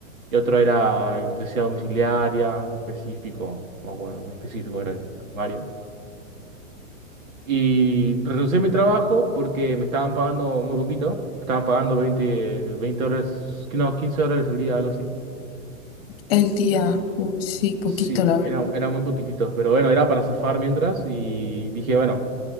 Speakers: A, on the right; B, on the left.
A: y otro era electricidad domiciliaria, específico, no me acuerdo, muy específico era el horario. Y renuncié a mi trabajo porque me estaban pagando muy poquito. Estaban pagando veinte veinte dólares, que no, 15 dólares al día, algo así.
B: El día, uy, sí, poquito,
A: Sí,
B: la
A: era,
B: verdad.
A: era muy poquitito, pero bueno, era para zafar mientras y dije, bueno,